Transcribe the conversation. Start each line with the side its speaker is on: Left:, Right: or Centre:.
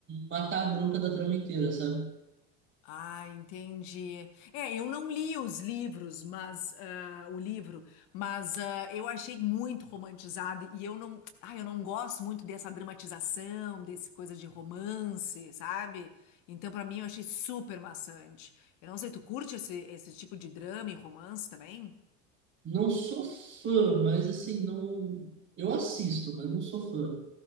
Right: matar a bronca da trama inteira, sabe?
Left: Ah, entendi. É, eu não li os livros, mas ah, o livro, mas ah, eu achei muito romantizado e eu não, ah, eu não gosto muito dessa dramatização, desse coisa de romance, sabe? Então, pra mim, eu achei super maçante. Eu não sei, tu curte esse, esse tipo de drama e romance também?
Right: Não sou fã, mas assim, não. Eu assisto, mas não sou fã.